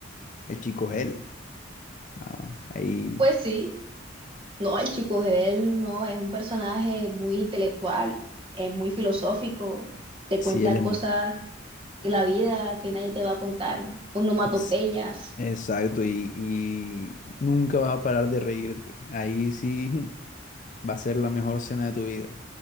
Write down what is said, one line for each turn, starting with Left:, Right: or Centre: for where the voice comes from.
Left: el chico Gel. Ah, ahí
Right: Pues sí. No, el chico él no, es un personaje muy intelectual, es muy filosófico, te
Left: sí,
Right: cuenta
Left: él es
Right: cosas
Left: muy...
Right: de la vida que nadie te va a contar, onomatopeyas.
Left: s- Exacto, y, y nunca vas a parar de reírte. Ahí sí, <laughs> Va a ser la mejor cena de tu vida.